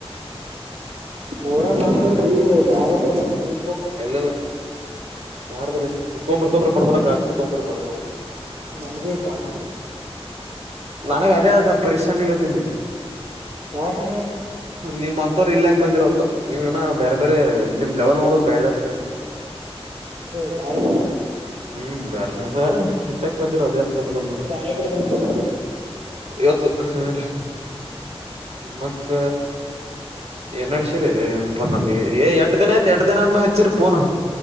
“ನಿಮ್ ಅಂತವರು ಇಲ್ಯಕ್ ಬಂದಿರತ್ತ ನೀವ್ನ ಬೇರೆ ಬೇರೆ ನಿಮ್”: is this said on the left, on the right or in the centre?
Right